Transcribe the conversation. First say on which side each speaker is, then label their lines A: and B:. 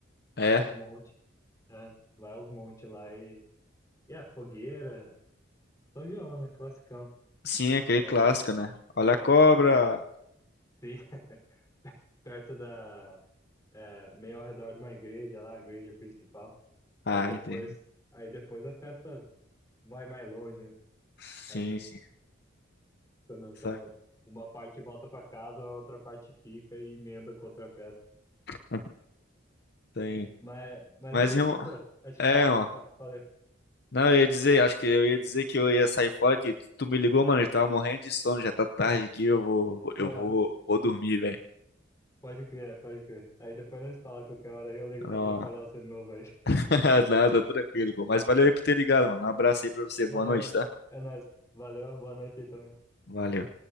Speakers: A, on the left (about 15°); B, on the left (about 55°).
A: vai
B: É,
A: aos montes, né? Vai aos montes lá e. E é, fogueira. São João, né? Classicão.
B: sim, é aquele
A: É,
B: clássico, né? Olha
A: é,
B: a cobra.
A: tem, sim, <laughs> perto da. é, meio ao redor de uma igreja lá, a igreja principal. Aí
B: Ah,
A: depois,
B: entendi.
A: aí depois a festa vai mais longe, né?
B: Sim,
A: Aí
B: sim.
A: quando,
B: Saca.
A: quando uma parte volta para casa, a outra parte fica e emenda com outra festa.
B: <laughs> Tem.
A: Mas, mas
B: Mas,
A: é
B: irmão,
A: isso, pô. Acho
B: é,
A: que
B: ó.
A: fa- falei.
B: Não, eu ia dizer, acho que eu ia dizer que eu ia sair fora, que tu me ligou, mano, eu tava morrendo de sono, já tá tarde aqui, eu vou, eu
A: Não,
B: vou, vou dormir, velho.
A: pode crer, pode crer. Aí depois nós fala qualquer hora, aí eu ligo
B: Não,
A: pra atrapalhar você de novo aí. <laughs>
B: <laughs> nada, tranquilo, pô. Mas valeu aí por ter ligado, mano. Um abraço aí pra você, boa
A: Valeu,
B: noite, tá?
A: é nóis. Valeu, boa noite aí também.
B: Valeu.